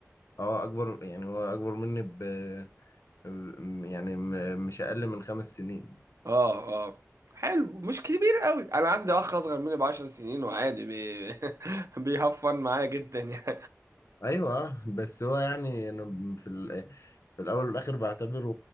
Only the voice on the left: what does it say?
اه اكبر يعني هو اكبر مني ب ب- يعني م- مش اقل من خمس سنين
ايوه آه، بس هو يعني انا في ال... في الاول والاخر بعتبره